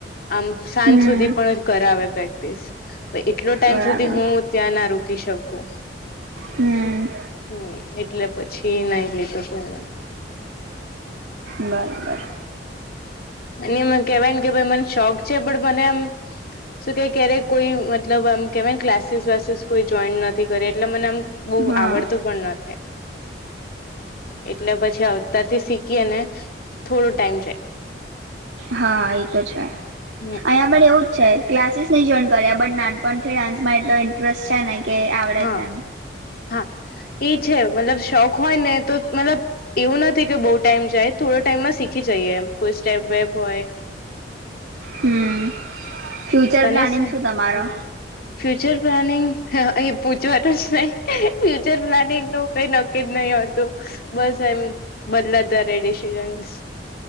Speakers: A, on the left; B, on the right.
A: આમ સાંજ
B: હમ
A: સુધી પણ કરાવે પ્રેક્ટિસ એટલો ટાઈમ
B: બરાબર
A: સુધી હુ ત્યાં ના રોકી શકુ
B: હમ્મ
A: હમ એટલે પછી ના લીધું કોઈને
B: બરાબર
A: એ એ કેવાય ને કે ભ મને શોખ છે, પણ મને આમ શું કે ક્યારેક કોઈ મતલબ આમ કેહેવાય ને ક્લાસીસ વસીસ કોઈ જોઈન, નથી કરે એટલે મને આમ બહુ
B: હા
A: આવડતું પણ નથી. એટલે પછી અવતારથી શીખીને થોડો ટાઈમ જાય
B: હા એ તો છે,
A: હમ
B: અહીંયા પણ એવું છે, ક્લાસીસ નહીં જોઈન કર્યા બટ નાનપણથી ડાન્સમાં એટલો ઇન્ટરેસ્ટ છે, ને કે આવડે
A: હા
B: છે, એમ
A: હા એ છે, મતલબ શોખ હોય ને તો મતલબ એવું નથી કે બો ટાઈમ જાય થોડા ટાઈમમાં શીખી જઈએ એમ કોઈ સ્ટેપ બેપ હોય
B: હમ ફ્યુચર
A: તને
B: પ્લાનિંગ
A: છે
B: શું તમારો?
A: હા ફ્યુચર પ્લાનિંગ અહી પૂછવાનું જ નહી ફ્યુચર પ્લાનિંગ નું કઈ ન કી જ નહી હોતું બસ એમ બદલાતા રે ડિસિઝનસ